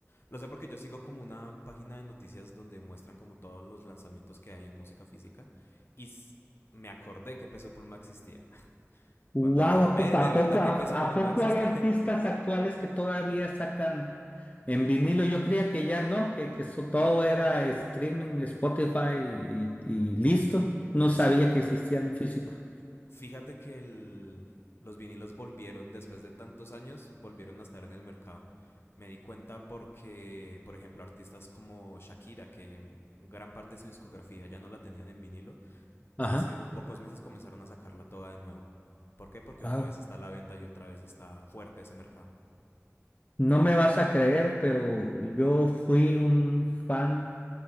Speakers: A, on the left; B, on the left.
A: Lo sé porque yo sigo como una página de noticias donde muestran como todos los lanzamientos que hay en música física y me acordé que Peso Pluma existía. <laughs>
B: Wow,
A: Cuando vi la... Ve,
B: ¿a poco, a
A: de verdad
B: poco,
A: que
B: a,
A: Peso
B: a
A: Pluma
B: poco
A: existe.
B: hay artistas
A: <laughs>
B: actuales que todavía sacan en vinilo? Yo creía que ya no, que, que eso todo era streaming, Spotify y, y listo. No sabía
A: Sí, no,
B: que existían físico.
A: fíjate que el- los vinilos volvieron después de tantos años, volvieron a estar en el mercado. Me di cuenta porque, por ejemplo, artistas como Shakira, que gran parte de su discografía ya no la tenían en vinilo,
B: Ajá.
A: hace pocos meses comenzaron a sacarla toda de nuevo. ¿Por qué? Porque
B: Ah.
A: otra vez está a la venta y otra vez está fuerte ese mercado.
B: No me vas a creer, pero yo fui un fan